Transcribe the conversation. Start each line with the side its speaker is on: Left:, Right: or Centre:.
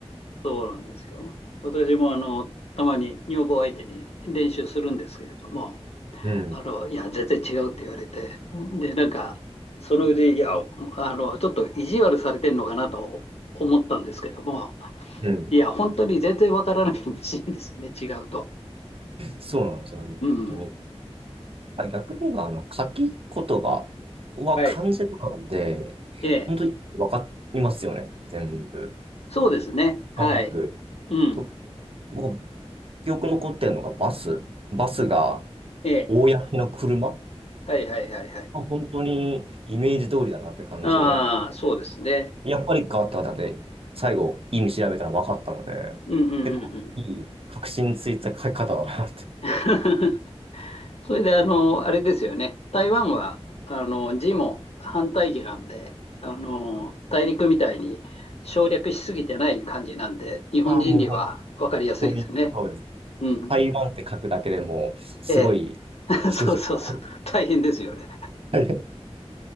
Left: そうなんですよ。私もあの、たまに女房相手に練習するんですけれども、
Right: うん、
Left: あの、いや、全然違うって言われて、で、なんか、そのうち、いや、あの、ちょっと意地悪されてんのかなと思ったんですけども、
Right: うん。
Left: いや、本当に全然わからないらしいんですよね、違うと。
Right: そうなんですよね、
Left: うん。
Right: 本当に。あ逆に言えば、あの、書き言葉は完全なんで、
Left: はい。ええ、
Right: 本当に分かりますよね、全部。
Left: そうですね。はい。
Right: まもなく、
Left: うん。
Right: と、僕、記憶残ってるのがバス。バスが、
Left: ええ、
Right: 公の車。
Left: はいはいはいはい。
Right: あ本当にイメージ通りだなって感じで。
Left: ああ、そうですね。
Right: やっぱり変わっただけ、最後、意味調べたら分かったので、
Left: うんうんうんうん。
Right: 結構いい、確信ついた書き方だなって。
Left: <laughs> それで、あの、あれですよね。台湾は、あの、字も反対字なんで、あの、大陸みたいに省略しすぎてない感じなんで、日本人には分かりやすいですね。
Right: ああ、もう本当に、そうです。
Left: うん。
Right: 台湾って書くだけでもすごい、
Left: ええ。<laughs>
Right: 羊が。
Left: そうそうそう。大変ですよね。
Right: <laughs> はい